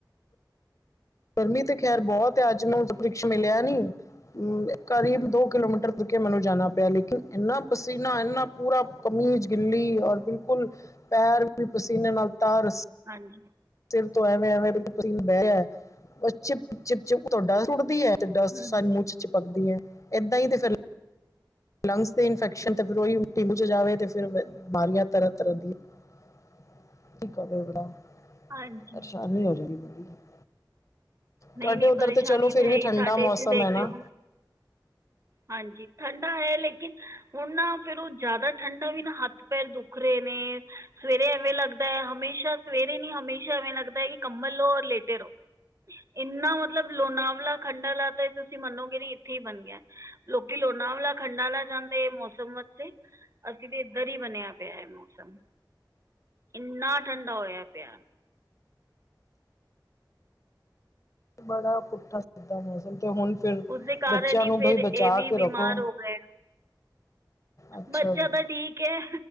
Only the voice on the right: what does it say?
ਹਾਂਜੀ।
ਹੂੰ,
ਹਾਂਜੀ ਨਹੀਂ
ਨਹੀਂ
ਪਰੇਸ਼ਾਨੀ
ਤਾਂ ਹੈ
ਹੀ
ਸਾਡੇ
ਇੱਥੇ ਦੇਖ
ਲਓ ਹਾਂਜੀ, ਠੰਡਾ ਹੈ ਲੇਕਿਨ ਹੁਣ ਨਾ ਫੇਰ ਓ ਜਾਦਾ ਠੰਡਾ ਵੀ ਨਾ ਹੱਥ ਪੈਰ ਦੁਖ ਰਏ ਨੇ ਸਵੇਰੇ ਐਵੇਂ ਲਗਦੈ ਹਮੇਸ਼ਾ ਸਵੇਰੇ ਨੀਂ, ਹਮੇਸ਼ਾ ਐਵੇਂ ਲਗਦੈ ਕਿ ਕੰਬਲ ਲੋ ਔਰ ਲੇਟੇ ਰਓ ਇੰਨਾ ਮਤਲਬ ਲੋਨਾਵਲਾਂ, ਖੰਡਾਲਾ ਤਾਂ ਤੂਸੀ ਮਨੋਗੇ ਨੀਂ ਇੱਥੇ ਈ ਬਨ ਗਿਆ। ਲੋਕੀ ਲੋਨਾਵਲਾਂ ਖੰਡਾਲਾ ਜਾਂਦੇ ਇਹ ਮੌਸਮ ਵਾਸਤੇ ਅਸੀ ਤੇ ਇਧੱਰ ਈ ਬਨਿਆ ਪੇਐ ਮੌਸਮ, ਇੰਨਾ ਠੰਡਾ ਹੋਆ ਪੇਆ।
ਉਸਦੇ ਕਾਰਨ
ਈ
ਫੇਰ
ਏ ਵੀ
ਬਿਮਾਰ ਹੋ ਗਏ।
ਬੱਚਾ
ਤਾ ਠੀਕ ਐ